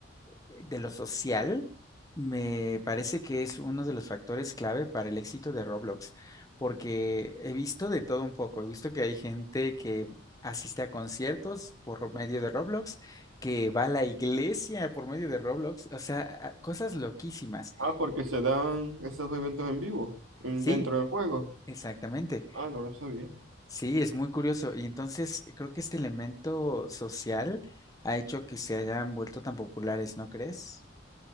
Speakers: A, on the left (about 20°); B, on the right (about 85°).
A: eh, de lo social, me parece que es uno de los factores clave para el éxito de Roblox, porque he visto de todo un poco, he visto que hay gente que asiste a conciertos por medio de Roblox, que va a la iglesia por medio de Roblox, o sea, a- cosas loquísimas.
B: Ah, porque se dan esos eventos en vivo, en-
A: Sí,
B: dentro del juego.
A: exactamente.
B: Ah, no lo sabía.
A: Sí, es muy curioso. Y entonces creo que este elemento social ha hecho que se hayan vuelto tan populares, ¿no crees?